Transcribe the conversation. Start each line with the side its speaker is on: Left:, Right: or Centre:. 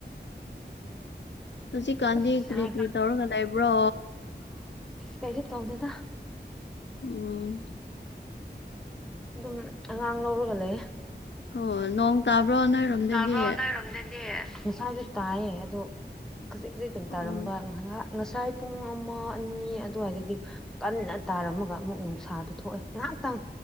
Left: ꯍꯧꯖꯤꯛꯀꯥꯟꯗꯤ
Centre: ꯑꯁꯕ꯭ꯔꯣ
Left: ꯀꯔꯤ ꯀꯔꯤ ꯇꯧꯔꯒ ꯂꯩꯕ꯭ꯔꯣ
Centre: ꯀꯩꯁꯨ ꯇꯧꯗꯦꯗ
Left: ꯑꯣ
Centre: ꯑꯗꯨꯝ ꯑꯉꯥꯡ ꯂꯧꯔꯒ ꯂꯩ
Left: ꯑꯣ ꯅꯣꯡ ꯇꯥꯕ꯭ꯔꯣ ꯅꯣꯏꯔꯣꯝꯗꯗꯤ
Centre: ꯁꯥꯕ꯭ꯔꯣꯅ ꯏꯔꯣꯝꯗꯦꯗꯤꯦ ꯉꯁꯥꯁꯨ ꯇꯥꯏꯌꯦ ꯑꯗꯣ ꯈꯖꯤꯛ ꯈꯖꯤꯛꯛꯇꯩꯅ ꯇꯥꯔꯝꯕ
Left: ꯑꯣ
Centre: ꯉꯥꯏꯍꯥꯛ ꯉꯁꯥꯏ ꯄꯨꯡ ꯑꯃ ꯑꯅꯤ ꯑꯗꯨꯋꯥꯏꯗꯗꯤ ꯀꯟꯅ ꯇꯥꯔꯝꯃꯒ ꯑꯃꯨꯛ ꯎꯅꯨꯡꯁꯥꯗ ꯊꯣꯛꯑꯦ ꯉꯥꯏꯍꯥꯛꯇꯪ